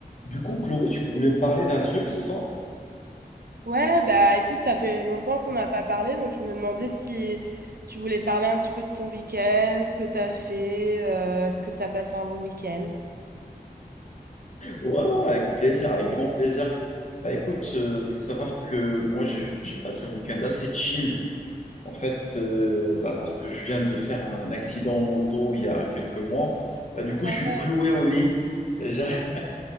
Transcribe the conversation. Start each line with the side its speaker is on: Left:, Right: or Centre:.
Left: Du coup, Chloé, tu voulais me parler d'un truc, c'est ça?
Right: Ouais, bah écoute, ça fait longtemps qu'on n'a pas parlé, donc je me demandais si tu voulais parler un petit peu de ton week-end, ce que t'as fait, euh, est-ce que t'as passé un bon week-end?
Left: Ouais, ouais, avec plaisir, avec grand plaisir. Bah écoute, euh, faut savoir que moi, j'ai j'ai passé un week-end assez chill, en fait, euh, bah, parce que je viens de faire un accident en moto il y a quelques mois. Bah du coup,
Right: Ah
Left: je
Right: ouais.
Left: suis cloué au lit. Et <laughs>